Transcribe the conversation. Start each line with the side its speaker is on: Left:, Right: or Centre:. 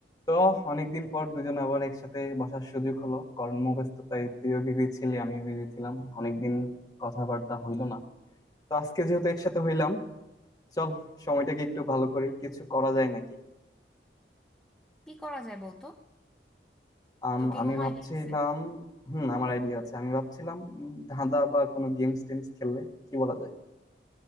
Left: তো অনেকদিন পর দুজন আবার একসাথে বসার সুযোগ হলো কর্মব্যস্ততায় তুইও বিজি ছিলি আমিও বিজি ছিলাম অনেকদিন কথাবার্তা হইলো না তো আজকে যেহেতু একসাথে হইলাম চল সময়টাকে একটু ভালো করি কিছু করা যায় নাকি
Centre: কি করা যায় বলতো
Left: আম
Centre: তোকে
Left: আমি
Centre: কোনো
Left: ভাবছিলাম
Centre: আইডিয়া আছে
Left: হুম আমার আইডিয়া আছে আমি ভাবছিলাম উম, ধাঁধা বা কোনো গেমস টেমস খেললে কি বলা যায়